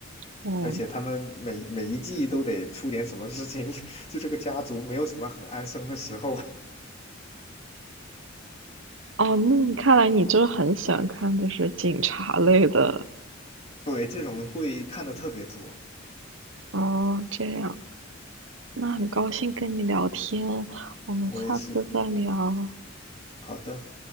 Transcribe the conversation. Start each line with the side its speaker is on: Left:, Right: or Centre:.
Right: 哦，
Left: 而且他们每每一季都得出点什么事情，<laughs> 就这个家族没有什么很安生的时候。
Right: 哦，那你看来你就是很喜欢看就是警察类的，
Left: 对，这种会看的特别多，
Right: 哦，这样，那很高兴跟你聊天，我们下次再聊。
Left: 我也是。好的。